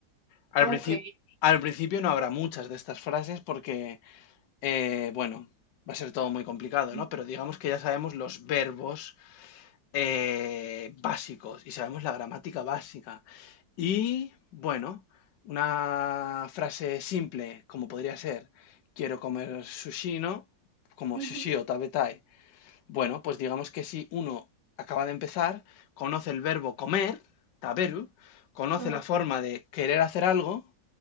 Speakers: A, on the left; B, on the right.
A: Al
B: Ok.
A: principio, al principio no habrá muchas de estas frases porque, eh, bueno, va a ser todo muy complicado,
B: Mm.
A: ¿no? Pero digamos que ya sabemos los verbos eh, básicos y sabemos la gramática básica. Y bueno, una frase simple como podría ser, quiero comer sushi, ¿no? Como
B: Ujú,
A: sushi o tabetai. Bueno, pues digamos que si uno acaba de empezar, conoce el verbo comer, taberu, conoce
B: a ver,
A: la forma de querer hacer algo,